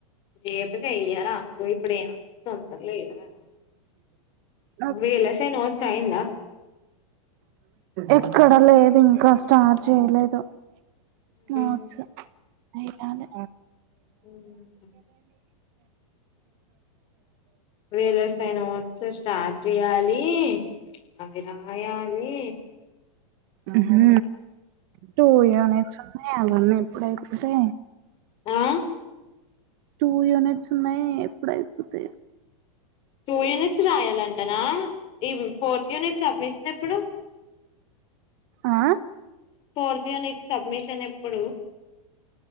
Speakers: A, on the left; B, on the right.
A: రేపకి అయ్యార అంగ ఇప్పుడు ఏమంత తొందర లేదు కదా
B: బ
A: వేళసే నుచ్చయిందా
B: ఎక్కడ లేదు ఇంకా స్టార్ చేయలేదు నోట్స్
A: హ
B: ఎయ్యాలె
A: హ ఇప్పుడు రలస్న వచ్చ స్టార్ట్ చేయాలి అవి రాయాలి
B: హ టూ యానే చ ఏ అవన్ ఎప్పుడు అయిపోతే
A: ఆ
B: టూ యూనిట్స్ ఉన్నాయి ఎప్పుడు అయిపోతాయో
A: టూ యూనిట్స్ రాయాలంటనా ఈ ఫోర్త్ యూనిట్స్ సబ్మిషన్ ఎప్పుడు
B: ఆ
A: ఫోర్త్ యూనిట్ సబ్ మిషన్ ఎప్పుడు